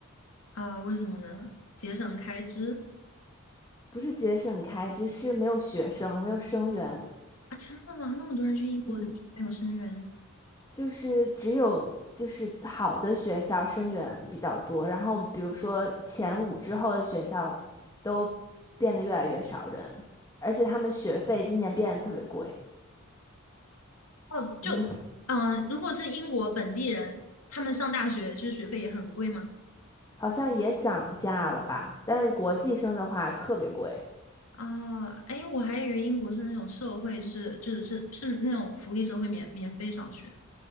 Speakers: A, on the left; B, on the left.
A: 啊，为什么呢？节省开支
B: 不是节省开支，是没有学生，没有生源。
A: 啊？真的吗？那么多人去英国留学没有生源？
B: 嗯。就是只有就是好的学校生源比较多，然后比如说前五之后的学校都变得越来越少人，而且他们学费今年变得特别贵，
A: 哦，
B: 嗯，
A: 就嗯、呃如果是英国本地人，他们上大学就是学费也很贵吗？
B: <laughs> 好像也涨价了吧？但是国际生的话特别贵，
A: 啊，哎，我还以为英国是那种社会，就是就是是是那种福利社会免免费上学。